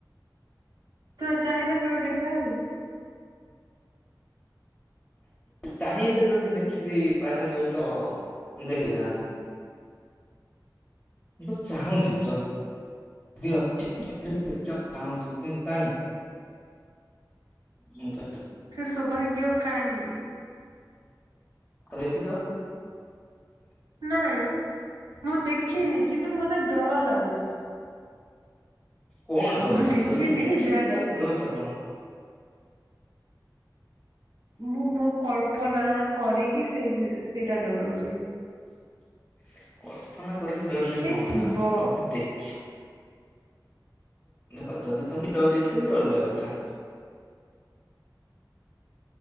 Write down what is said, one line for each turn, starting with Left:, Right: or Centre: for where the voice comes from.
Right: ତୁମେ ଚାହିଁନା କେବେ ଦେଖିବାକୁ?
Left: ଚାହିଁଲେ ଯଦି ଦେଇ ପାରିଥାନ୍ତି ବୋଲି ତ ଦେଖିଥାନ୍ତି। ମୁଁ ତ ଚାହୁଁଚି ଯ ଯଦି ଅଛି ଦେଖିବାକୁ ଚାହୁଁଛି କିନ୍ତୁ କାଇଁ ମୁଁ କ
Right: ସେ ସୌଭାଗ୍ୟ କାଇଁ।
Left: ତମେ ଦେଖିଚ?
Right: ନାଇଁ ମୁଁ ଦେଖିନି କିନ୍ତୁ ମତେ ଡର ଲାଗୁଛି।
Left: କଣ ଡରୁଛ
Right: ମୁଁ ଦେଖିନି
Left: ଯଦି ଦେଖିନୁ
Right: ଜାଣି
Left: ତାହେଲେ ଡରୁତ କଣ।
Right: ମୁଁ ମୋ କଳ୍ପନା କରିକି ସେ ସେଇଟା ଡରୁଛି।
Left: <inaudible> କଳ୍ପନା କରିକି ଡରିଲେ
Right: କିଏ
Left: କଣ
Right: ଥିବ
Left: ଲାଭ ଯଦି ଦେଖି କଥା ତମକୁ ଡରିଥିଲ ଗୋଟେ ଅଲଗା କଥା।